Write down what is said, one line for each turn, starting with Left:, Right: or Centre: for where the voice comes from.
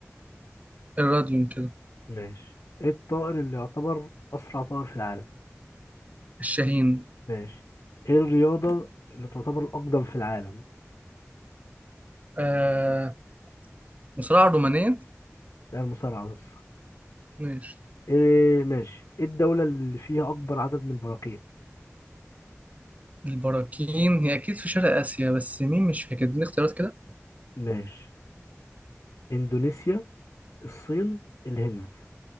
Right: الراديوم كده
Left: ماشي ايه الطائر اللي يعتبر أسرع طائر في العالم
Right: الشاهين
Left: ماشي ايه الرياضة اللي تعتبر الأقدم في العالم
Right: آه مصراعة الرومانية
Left: ده المصارعة بس
Right: ماشي
Left: ايه ماشي ايه الدولة اللي فيها أكبر عدد من البراكين
Right: البراكين هي أكيد في شرق آسيا بس مين مش فاكر اديني اختيارات كده
Left: ماشي إندونيسيا الصين الهند